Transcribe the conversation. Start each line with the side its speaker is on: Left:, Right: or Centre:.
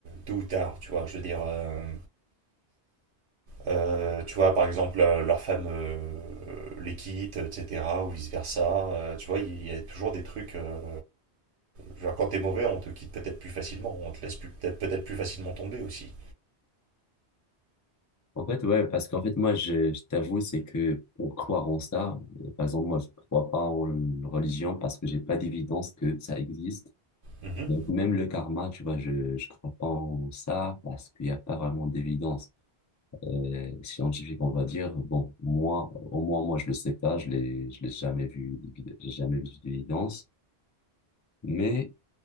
Right: tôt ou tard, tu vois. Je veux dire, euh, euh, tu vois, par exemple, euh, leur femme euh, les quitte, etc., ou vice-versa. Euh, tu vois, il y a toujours des trucs. euh, je veux dire, quand t'es mauvais, on te quitte peut-être plus facilement, on te laisse plus- peut-être peut-être plus facilement tomber aussi.
Left: En fait, ouais, parce qu'en fait, moi, je, je t'avoue, c'est que pour croire en ça, euh, par exemple, moi, je crois pas en une religion parce que j'ai pas d'évidence que ça existe.
Right: Mhm.
Left: Donc, même le karma, tu vois, je, je crois pas en ça parce qu'il y a pas vraiment d'évidence. euh, scientifique, on va dire. Bon, moi, au moins, moi, je le sais pas, je l'ai, je l'ai jamais vu, d'évid- j'ai jamais vu d'évidence, mais